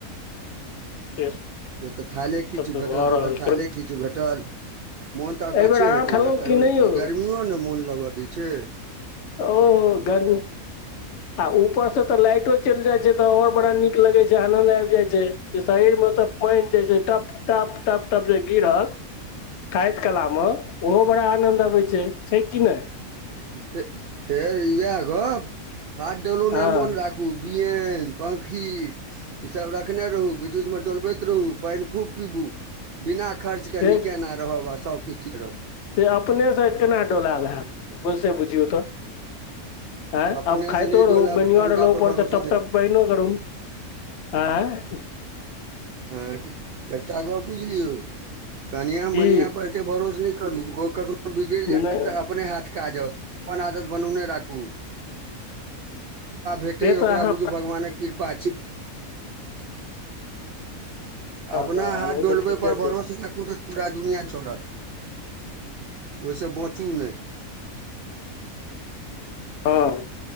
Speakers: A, on the left (about 65°); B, on the right (about 75°).
A: से
B: जतऽ थाले
A: सब
B: खिछ
A: तऽ
B: भेटल
A: भऽ
B: ततऽ
A: रहल
B: थाले
A: छै
B: खिछ भेटल मोन तऽ अकच्छे
A: एहिबेर आम
B: हेतै
A: खेलहुँ
B: ने करबै
A: नहि
B: कि
A: यौ
B: गर्मिओ ने मोन लगय दै छैय
A: ओ गर्मी आ ऊपरसँ तऽ लाइटो चलि जाइत छै तऽ आओर बड़ा नीक लगैत छै आनन्द आबि जाइत छै शरीर मे सब पानि जे छै टप टप टप टप जे गिरल खइत कलामे ओहो बड़ा आनन्द अबै छै छै कि नहि।
B: फे फेर इह गप हाथ डोलू
A: हँ
B: नहि मोन राखु को बिियन पाखी। ईसभ रखने रहू बीच बचमे डोलबैत रहू पानि खूब पीबू। बिना खर्च क
A: से
B: न केना रहब आ सभकिछु ठीक रहत।
A: से अपनेसँ केना डोलायल होैत बसे बुझियौ तऽ। ह
B: अपनेसँ
A: आब खाायइतो
B: नहि
A: रहू
B: डोलायब
A: मेन
B: तऽ
A: आर
B: अनका
A: ल
B: पर
A: पड़त
B: भरोसो
A: टपटप प नहि करू। आँय।
B: हँ एकटा गप बुझलियौ कनिआ
A: की
B: मनिआ पर। के भरोस नहि करू ओ कखनो बिगड़ि जायत
A: नहि
B: तऽ अपने हाथ। अपन आदत बने नेरखु। भेटै
A: से तऽ
B: ओकरा
A: अहाँ
B: बुझू भगवानक कृपा अछि। अपना
A: हँ हँ
B: हाथ
A: ओ
B: डोलबयपर
A: तऽ ठीके छै
B: भरोसे राखू तऽ पूरा दुनिआँ चलत। ओहिसँ बाँचू नहि।
A: हँ